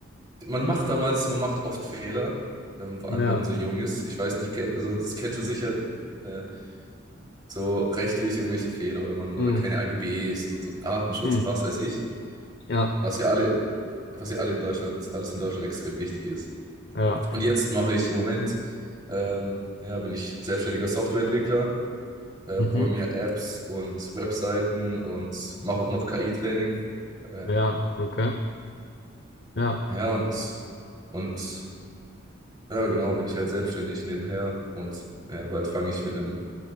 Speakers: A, on the right (about 25°); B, on the left (about 60°).
A: äh, man macht damals, man macht oft Fehler, ähm, vor
B: Ja.
A: allem wenn man so jung ist. Ich weiß nicht, kennt, also das kennst du sicher, äh, so rechtlich irgendwelche Fehler oder man
B: Hm.
A: oder keine AGBs und, und Datenschutz
B: Hm.
A: und was weiß ich,
B: Ja.
A: was ja alle, was ja alle in Deutschland, alles in Deutschland extrem wichtig ist.
B: Ja.
A: Und jetzt mache ich im Moment, ähm, ja, bin ich selbstständiger Softwareentwickler, äh,
B: Mhm.
A: programmiere Apps und Webseiten und mache auch noch KI-Training. Äh,
B: Ja, okay. Ja.
A: ja, und, und ja, genau, bin ich halt selbstständig nebenher und ja, bald fange ich mit einem,